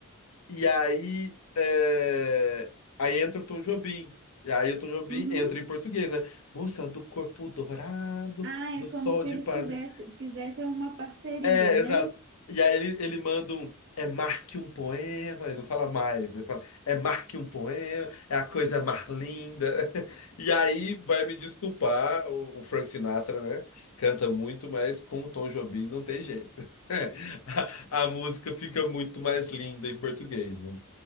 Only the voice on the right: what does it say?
Uhum.
Ah,
é
como se
eles
fizessem, fizessem uma parceria,
né?